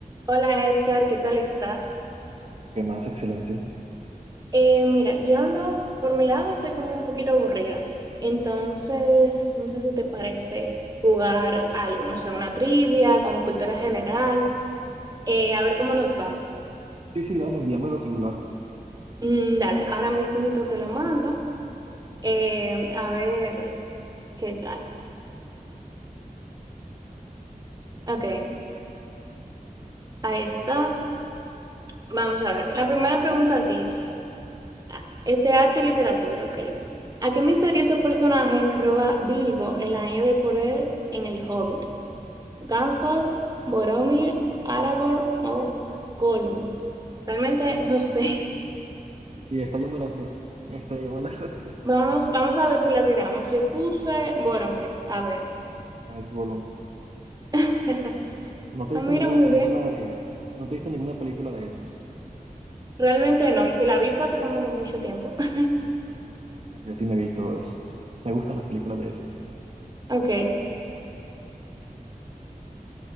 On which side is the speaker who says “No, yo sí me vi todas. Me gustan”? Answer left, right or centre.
Right